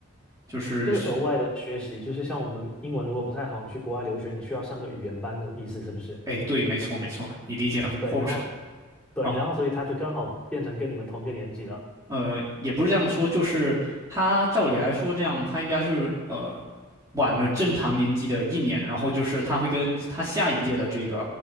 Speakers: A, on the right; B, in the centre.
A: 就是学，
B: 就是额外的学习，就是像我们英文如果不太好，你去国外留学，你需要上个语言班那种意思，是不是？
A: 哎，对，没错没错，你理解的很透彻。
B: 对，然后对，
A: 然后
B: 然后所以他就刚好变成跟你们同一个年级了。
A: 呃，也不是这样说，就是他照理来说，这样他应该是呃晚了正常年级的一年，然后就是他会跟他下一届的这个